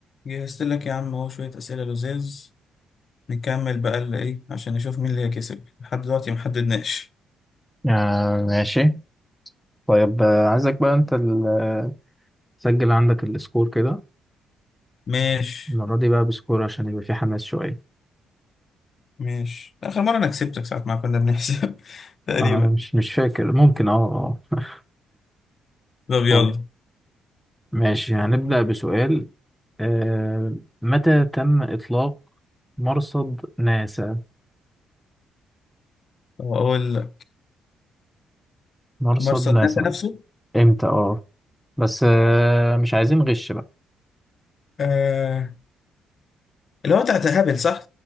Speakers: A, on the left; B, in the centre.
A: جهزت لك يا عم اهو شوية أسئلة لذيذ نكمل بقى اللي إيه عشان نشوف مين اللي هيكسب لحد دلوقتي محددناش
B: آه ماشي طيب آه، عايزك بقى انت ال- آه، تسجل عندك السكور كده
A: ماشي
B: المرة دي بقى بسكور عشان يبقى في حماس شوية
A: ماشي آخر مرة أنا كسبتك ساعة ما كنا بنحسب <laughs> تقريبا
B: آه مش مش فاكر ممكن اه اه <laughs>
A: طب يلا
B: طيب ماشي هنبدأ بسؤال آه متى تم إطلاق مرصد ناسا
A: طب أقول لك
B: مرصد
A: مرسل
B: ناسا
A: ناسا نفسه
B: امتى اه بس آه مش عايزين غش بقى
A: آه... اللي هو بتاع هابل صح؟